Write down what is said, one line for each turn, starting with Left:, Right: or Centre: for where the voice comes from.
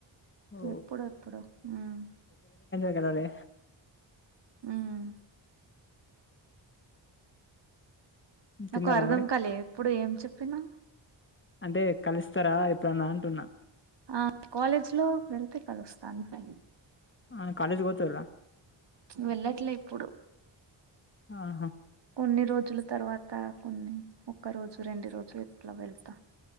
Left: ఓ
Right: ఎప్పుడు ఎప్పుడు హమ్
Left: కెల్లలే
Right: హమ్ నాకు
Left: తిన్నారా
Right: అర్థం
Left: మరి
Right: కాలే ఇప్పుడు ఏం చెప్పినవ్
Left: అంటే కలుస్తారా ఇప్పుడన్నా అంటున్నా
Right: ఆ కాలేజ్ లో వెళ్తే కలుస్తాను ఫైన్
Left: ఆ కాలేజ్కి పొత్తుర్రా
Right: వెళ్ళట్లే ఇప్పుడు
Left: ఆహా
Right: కొన్ని రోజుల తర్వాత కొన్ని ఒక్క రోజు రెండు రోజులు ఇట్లా వెళ్తా